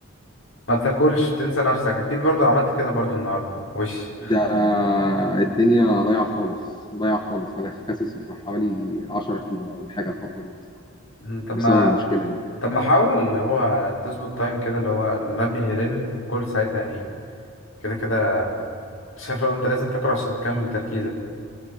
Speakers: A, on the left (about 65°); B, on the left (about 20°).
A: ما بتاكلش بتنسى نفسك اكيد برضو عملت كده برضو النهارده وش
B: ده الدنيا ضايعة خالص ضايعة خالص أنا خاسس بتاع حوالي 10 كيلو ولا حاجة الفترة دي أصلا
A: مم، طب
B: بسبب
A: ما
B: المشكلة دي
A: طب ما حاول اللي هو تظبط تايم كده اللي هو منبه لين كل ساعتها يعني كده كده شايف لو انت لازم تقرا عشان تكمل تركيزك